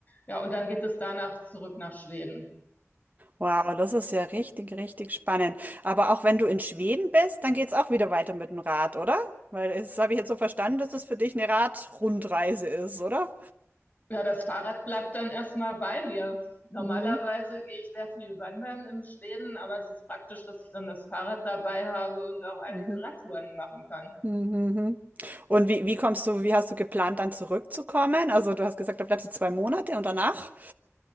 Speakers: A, on the left; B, on the right.
A: Ja, und dann geht es danach zurück nach Schweden.
B: Wow, das ist ja richtig, richtig spannend. Aber auch wenn du in Schweden bist, dann geht's auch wieder weiter mit dem Rad, oder? Weil das habe ich jetzt so verstanden, dass es für dich eine Radrundreise ist, oder?
A: Ja, das Fahrrad bleibt dann erstmal bei mir. Normalerweise
B: Mhm.
A: gehe ich sehr viel wandern in Schweden, aber es ist praktisch, dass ich dann das Fahrrad dabei habe und auch einige
B: Mhm.
A: Radtouren machen kann.
B: Mhm. mhm. mhm. Und wie, wie kommst du, wie hast du geplant, dann zurückzukommen? Also du hast gesagt, da bleibst du zwei Monate und danach?